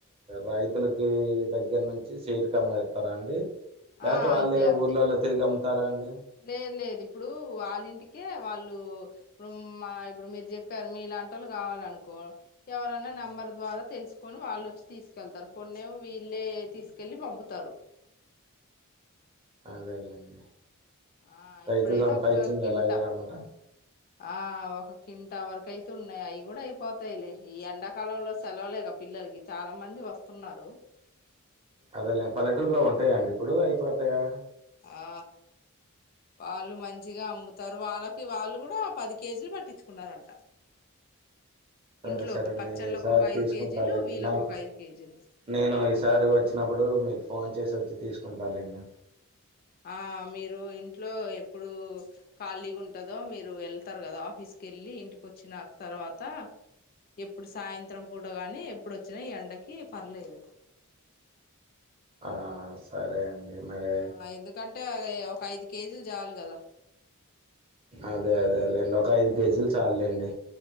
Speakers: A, on the right (about 25°); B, on the left (about 40°).
A: రైతులకి దగ్గర నుంచి సేటుకి అమ్మేత్తరా అండి యాతో
B: ఆ అంతే
A: ఆళ్ళే
B: అంతే
A: ఊర్లలో తిరిగి అమ్ ఇత్తారా అండి
B: లేదు లేదు ఇప్పుడు వాళ్ళ ఇంటికే వాళ్ళు ఇప్పుడు మా ఇప్పుడు మీరు చెప్పారు మీలాంటోళ్ళు కావాలనుకో ఎవరన్నా
A: హ్మ్.
B: నెంబర్ ద్వారా తెలుసుకొని వాళ్ళు వచ్చి తీసుకెళ్తారు కొన్నేమో వీళ్ళే తీసుకెళ్ళి పంపుతారు
A: అదేలేండి
B: ఆ
A: రైతు
B: ఇప్పుడైతే
A: సంపాయిచ్చింది
B: ఒక కింట
A: ఎలాగైనా అమ్మటం
B: ఆ ఒక కింట వరకు అయితే ఉన్నాయి అయి కూడా అయిపోతయిలే ఈ ఎండాకాలంలో సెలవులేగా పిల్లలకి చాలా మంది వస్తున్నారు
A: అదేలే పల్లెటూరులో ఉంటాయాండి ఇప్పుడు అయిపోతాయా
B: ఆ వాళ్ళు మంచిగా అమ్ముతారు వాళ్ళకి వాళ్ళు కూడా పది కేజీలు పట్టించుకున్నారంట
A: సరే
B: ఇంట్లోకి
A: సరే అండి
B: పచ్చళ్ళకు
A: నేను ఈ సారి
B: ఒక
A: తీసుకుంటాలెండి
B: ఐదు కేజీలు వీళ్ళకు
A: నాకు
B: ఒక ఐదు కేజీలు
A: నేను ఈసారి వచ్చినప్పుడు మీకు ఫోన్ చేసి వచ్చి తీసుకుంటాలెండి
B: ఆ మీరు ఇంట్లో ఎప్పుడు ఖాళీగా ఉంటదో మీరు వెళ్తరు కదా ఆఫీస్కి వెళ్ళి ఇంటికొచ్చిన తర్వాత ఎప్పుడు సాయంత్రం పూట గాని ఎప్పుడొచ్చినా ఎండకి పర్లేదు
A: ఆ సరే అండి. మరి
B: ఆ ఎందుకంటే ఎ ఒక ఐదు కేజీలు చాలు కదా
A: అదే అదేలేండి. ఒక ఐదు కేజీలు చాలులేండి